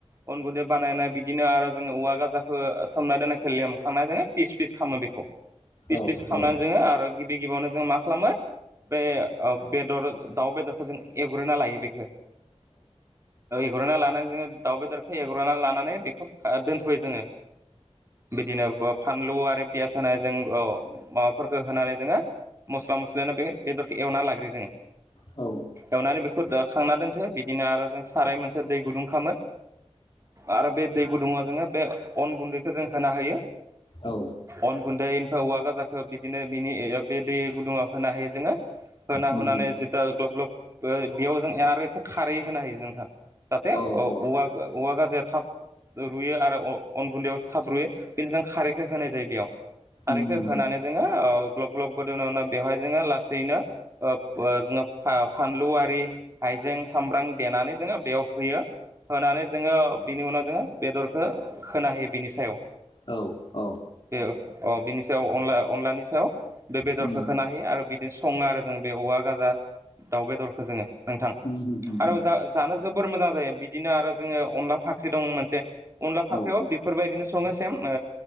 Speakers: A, on the right; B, on the left.
A: अन गुन्दै बानायनाय बिदिनो आरो जोङो औवा गाजाखौ सोमनाय दोननायखौ लेमखांनाय जोङो फिस फिस खालामो बेखौ पिस
B: औ
A: पिस खालामनानै
B: औ
A: जोङो आरो गिबि गिबियावनो जोङो मा खालामो बे अ बेदर दाउ बेदरखौ जों एवग्रोना लायो बेखौ औ एवग्रोना लानानै जोङो दाउबेदरखौ एव लानानै बेखौ खा दोनथ'यो जोङो बिदिनो फानलु आरो पियास होनाय जों अ माबाफोरखौ होनानै जोङो मस्ला मस्लियानो बे बेदरखौ एवना लाग्रो जोङो
B: औ
A: एवनानै बेखौ खांना दोनथो बिदिनो आरो जों साराय मोनसे दै गुदुं खालामो आरो बे दै गुदुङाव जोङो बे अन गुन्दैखौ जों होना होयो
B: औ
A: अन गुन्दै औवा गाजाखौ बिदिनो बिनि बे दै गुदुङाव होनो हायो जोङो होना
B: उम
A: होनानै जिता ग्लब ग्लब बेयाव जों आरो एसे खारै होनो हायो नोंथां जाहाथे
B: औ
A: औवा
B: औ
A: औवा गाजाया थाब रुयो आरो अ अन गुन्दैयाव थाब रैयो बेनि जों खारैखौ होनाय जायो बेयाव खारैख
B: उम उम
A: होनानै जोङो ग्लब ग्लब गोदौवनो बेवहाय जोङो लासैनो जोङो अब जोङो बा फानलु आदि हाइजें सामब्राम देनानै जोङो बेयाव होयो होनानै जोङो जोङो बिनि उनाव जोङो बेदरखौ होना होयो बिनि सायाव
B: औ औ
A: बे अ बिनि सायाव अनला अनलानि सायाव बे बेदरखौ
B: उम उम
A: होना हायो आरो बिदिनो सङो आरो जों बे औवा गाजा दाउ बेदरखौ जोङो नोंथां
B: उम
A: आरो जा जानो जोबोर मोजां जायो बिदिनो आरो अ अनला फाख्रि दं मोनसे अनला
B: औ
A: फाख्रियाबो बेफोरबायदिनो सेम अ